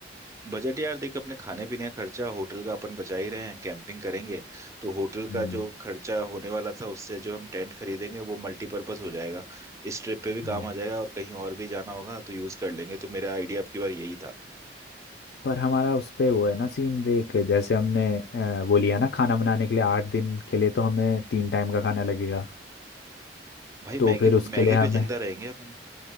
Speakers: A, on the right; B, on the left.
A: बजट यार देख अपने खाने पीने का खर्चा होटल का अपन बचा ही रहे हैं कैंपिंग करेंगे तो होटल
B: हम्म
A: का जो खर्चा होने वाला था उससे जो हम टेंट खरीदेंगे वो मल्टीपर्पज हो जाएगा इस ट्रिप पे भी
B: हम्म।
A: काम आ जाएगा और कहीं और भी जाना होगा तो यूज कर लेंगे तो मेरा आइडिया आपकी बार यही था
B: पर हमारा उस पे वो है ना सीन देख जैसे हमने अ, वो लिया ना खाना बनाने के लिए आठ दिन के लिए तो हमें तीन टाइम का खाना लगेगा
A: भाई
B: तो
A: मैगी
B: फिर उसके
A: मैगी
B: लिए हमें
A: पे जिंदा रहेंगे अपन